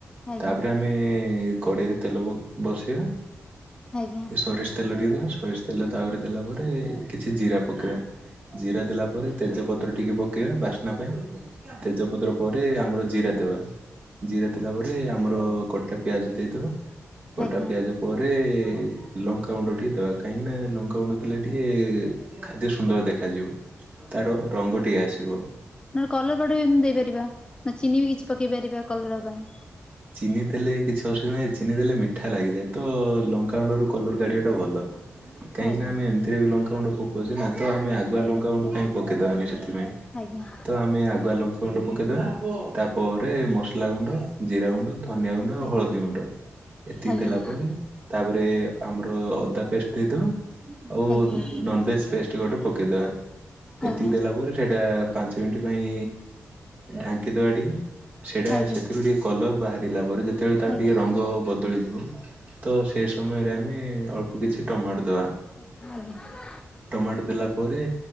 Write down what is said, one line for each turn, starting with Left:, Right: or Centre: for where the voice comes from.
Left: ଆଜ୍ଞା ଆଜ୍ଞା
Right: ତାପରେ ଆମେ ଆମେ କଢେଇରେ ତେଲ ବସେଇବା
Left: ଆଜ୍ଞା ଆଜ୍ଞା ଆଜ୍ଞା ଆଜ୍ଞା
Right: ସୋରିଷ ତେଲ ଟିକେ ଦବା ସୋ ତେଲ ତାପରେ ଦେଲା ପରେ କିଛି ଜିରା ପକେଇବା ଜିରା ଦେଲା ପରେ ତେଜପତ୍ର ଟିକେ ପକେଇବା ବାସ୍ନା ପାଇଁ। ତେଜପତ୍ର ପରେ ଆମର ଜିରା ଦେବା। ଜିରା ଦେଲା ପରେ ଆମର କଟା ପିଆଜ ଦେଇଦବା। କଟା
Left: ଆଜ୍ଞା ଆଜ୍ଞା ଆଜ୍ଞା
Right: ପିଆଜ ପରେ ଲଙ୍କା ଗୁଣ୍ଡ ଟିକେ ଦେବା କାହିଁକି ନା ଲଙ୍କା ଗୁଣ୍ଡ ଦେଲେ ଟିକେ ଖାଦ୍ୟ ସୁନ୍ଦର ଦେଖାଯିବ ତାର ରଙ୍ଗ ଟିକେ ଆସିବ।
Left: ନ କଲର ବାଡ ବି ଏମିତି ଦେଇପାରିବା ନା ଚିନି ବି କିଛି ପକେଇ ପାରିବା କଲର ପାଇଁ।
Right: ଚିନି ଦେଲେ କିଛି <unintelligible> ଚିନି ଦେଲେ ମିଠା ଲାଗିଯାଏ ତ ଲଙ୍କା ଗୁଣ୍ଡରୁ
Left: ଆଜ୍ଞା
Right: କଲର କାଢିବାଟା ଭଲ। କାହିଁକି
Left: ଆଜ୍ଞା
Right: ନା ଆମ ଏମତିରେ ବି ଲଙ୍କା ଗୁଣ୍ଡ ପକଉଛି ନା ତ ଆମେ ଆଗୁଆ
Left: ଆଜ୍ଞା
Right: ଲଙ୍କା ଗଣ୍ଡ କାହିଁ ପକେଇଦବାନି ସେଥି ପାଇଁ।
Left: ଆଜ୍ଞା
Right: ତ ଆମେ ଆଗୁଆ ଲଙ୍କା ଗୁଣ୍ଡ ପକେଇଦବା ତାପରେ
Left: ଆଜ୍ଞା
Right: ମସଲା ଗୁଣ୍ଡ ଜିରା ଗୁଣ୍ଡ ଧନିଆ ଗୁଣ୍ଡ ଆଉ
Left: ଆଜ୍ଞା
Right: ହଳଦୀ ଗୁଣ୍ଡ ଏତିକି
Left: ଆଜ୍ଞା
Right: ଦେଲା ପରେ ତାପରେ ଆମର ଅଦା ପେଷ୍ଟ ଦେଇଦବା। ଆଉ
Left: ଆଜ୍ଞା
Right: ନନଭେଜ୍ ଫେଷ୍ଟ ଗୋଟେ ପକେଇଦବା। ଏତିକି
Left: ଆଜ୍ଞା
Right: ଦେଲା ପରେ ସେଇଟା ପାଞ୍ଚ ମିନିଟ୍ ପାଇଁ ଢାଙ୍କିଦବା ଟିକେ ସେଇଟା
Left: ଆଜ୍ଞା
Right: ସେଥିରୁ ଟିକେ କଲର୍ ବାହାର ଥିଲା ପରେ ଯେତେବେଳେ ତାର
Left: ଆଜ୍ଞା
Right: ଟିକେ ର ଙ୍ଗ ବଦଳିଯିବ ତ ସେ ସମୟରେ ଆମେ ଅଳ୍ପ କିଛି ଟମାଟୋ ଦେବା।
Left: ଆଜ୍ଞା।
Right: ଟମାଟୋ ଦେଲା ପରେ